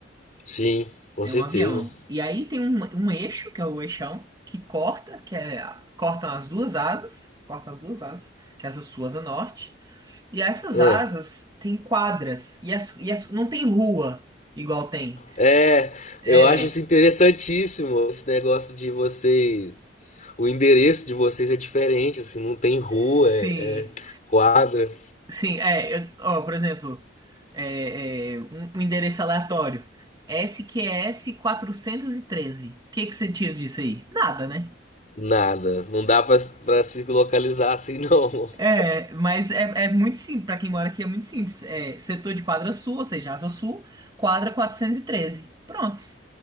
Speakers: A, on the left; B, on the right.
A: sim, com
B: É
A: certeza.
B: um avião. E aí tem um, um eixo, que é o eixão, que corta, que é. Cortam as duas asas. Corta as duas asas, que é essa sua asa norte. E essas
A: Ah.
B: asas têm quadras. E, as, e as, não tem rua igual tem.
A: É,
B: É.
A: eu acho isso interessantíssimo, esse negócio de vocês. O endereço de vocês é diferente, assim, não tem rua,
B: Sim.
A: é, é quadra,
B: Sim, é, eu- ó, por exemplo, é, é, um, um endereço aleatório, S Q S Q SQS 413. O que que você tira disso aí? Nada, né?
A: nada. Não dá pra, pra se localizar assim, não.
B: É,
A: <laughs>
B: mas é, é muito simples, pra quem mora aqui é muito simples. É, setor de quadra sul, ou seja, asa sul, quadra quatrocentos e treze Pronto,